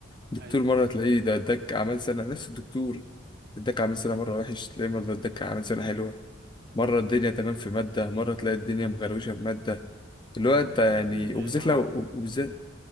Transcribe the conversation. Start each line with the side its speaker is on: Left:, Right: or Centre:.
Left: الدكتور
Right: أيوه
Left: مرة تلاقيه ده اداك أعمال سنة نفس الدكتور اداك أعمال سنة مرة وحش تلاقيه مرة اداك أعمال سنة حلوة مرة الدنيا تمام في مادة مرة تلاقي الدنيا مغروشة في مادة اللي هو
Right: ما هو
Left: انت يعني
Right: مش كله زي
Left: وبالذات
Right: بعضه
Left: لو وبالذات